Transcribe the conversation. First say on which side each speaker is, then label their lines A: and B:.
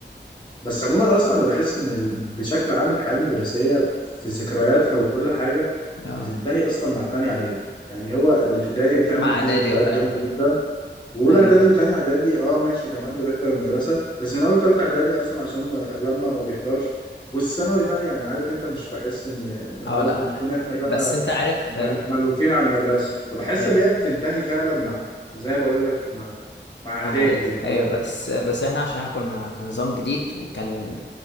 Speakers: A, on the left; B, on the left.
A: بس عموما اصلا انا بحس ان ال... بشكل عام الحياه المدرسيه في ذكرياتها وكل حاجه
B: اه
A: بتنتهي اصلا مع تانية اعدادي يعني هو الابتدائي بتعمل
B: مع
A: فيه
B: اعدادي
A: ذكريات
B: اه فعلا
A: جامده جدا واولى
B: ايوه
A: اعدادي وتانية اعدادي اه ماشي تمام بتحضر المدرسه بس من اول تالتة اعدادي اصلا عشان ما اغلبنا ما بيحضرش والثانوي بقى يعني عارف انت مش بحس ان ان خلاص
B: اه لا
A: بنكون احنا بقى
B: بس انت عارف
A: مل-
B: آه،
A: ملهوفين على المدرسه فبحس
B: ايوه
A: ان هي بتنتهي فعلا مع زي ما بقول لك مع مع اعدادي
B: مع اعدادي
A: كده خلاص
B: ايوه بس بس احنا عشان احنا كنا في نظام جديد وكان